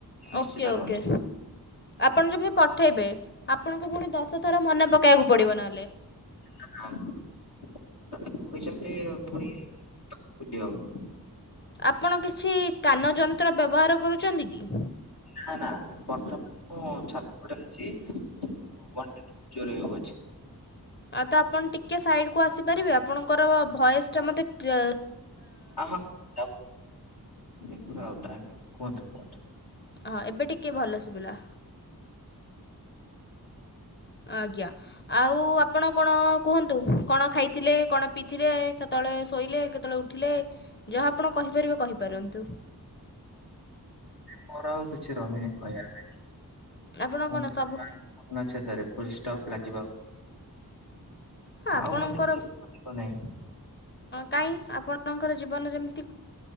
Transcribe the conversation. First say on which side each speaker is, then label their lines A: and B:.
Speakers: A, on the left (about 75°); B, on the left (about 30°).
A: ନିଶ୍ଚିତ
B: ଓକେ ଓକେ।
A: ରୁହନ୍ତୁ।
B: ଆପଣ ଯେମିତି ପଠେଇବେ ଆପଣଙ୍କୁ ପୁଣି ଦଶ ଥର ମନେ ପକେଇବାକୁ ପଡିବ ନହେଲେ।
A: <unintelligible> କହିଚନ୍ତି ଫୁଣି ଭୁଲିହବନି।
B: ଆପଣ କିଛି କାନ ଯନ୍ତ୍ର ବ୍ୟବହାର କରୁଛନ୍ତି କି?
A: ନା ନା ବର୍ତ୍ତମାନ ମୁଁ ଛାତଓପରେ ଅଛି। ପବନଟା ବହୁତ୍ ଜୋରେ ହୋ
B: ଆ ତ ଆପଣ ଟିକ କେ ସାଇଡ କୁ ଆସି ପାରିବେ? ଆପଣଙ୍କର ଭଏସ୍ ଟା ମୋତେ କ୍ରିଅ
A: ଆହା ଆ, କୁହନ୍ତୁ କୁହନ୍ତୁ।
B: ହଁ ଏବେ ଟିକେ ଭଲ ଶୁବିଲା। ଆଜ୍ଞା, ଆଉ ଆପଣ କଣ କୁହନ୍ତୁ? କଣ ଖାଇଥିଲେ? କଣ ପିଇଥିଲେ? କେତ ତଳେ ଶୋଇଲେ? କେତେଳେ ଉଠିଲେ? ଯାହା ଆପଣ କହିପାରିବେ କହିପାରନ୍ତୁ?
A: ମୋର ଆଉ କିଛି ରହିନି କହିବା ପାଇଁ।
B: ଆପଣ
A: <inaudible>
B: କଣ ସବୁ
A: ପୁନଛେଦ ରେ ଫୁଲ ଷ୍ଟପ୍ ଲାଗିବ।
B: ହଁ ଆପଣଙ୍କର
A: ଆଉ ମୋତେ କିଛି <inaudible> ନାଇଁ।
B: କାଇଁ ଆପଣଙ୍କର ଜୀବନରେ ଏମ